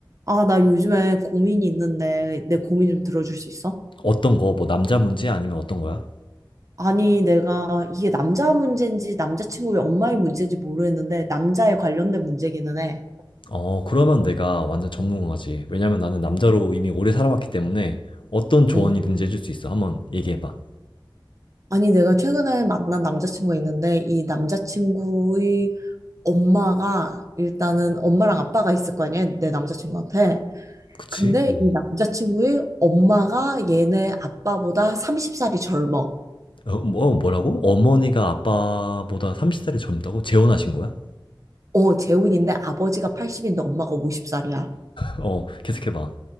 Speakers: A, on the right; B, on the left.
A: 아, 나 요즘에 고민이 있는데 내 고민 좀 들어줄 수 있어?
B: 어떤 거, 뭐 남자 문제 아니면 어떤 거야?
A: 아니, 내가 이게 남자 문제인지 남자친구의 엄마의 문제인지 모르겠는데 남자에 관련된 문제기는 해.
B: 어, 그러면 내가 완전 전문가지. 왜냐면 나는 남자로 이미 오래 살아왔기 때문에 어떤 조언이든지
A: 어.
B: 해줄 수 있어. 한번 얘기해봐.
A: 아니, 내가 최근에 만난 남자친구가 있는데 이 남자친구의 엄마가 일단은 엄마랑 아빠가 있을 거 아니야, 내 남자친구한테.
B: 그치?
A: 근데
B: 음.
A: 이 남자친구의 엄마가 얘네 아빠보다 30살이 젊어.
B: 어, 뭐, 뭐라고? 어머니가 아빠보다 30살이 젊다고? 재혼하신 거야?
A: 어, 재혼인데 아버지가 80인데 엄마가 50살이야.
B: <laughs> 어, 계속해봐.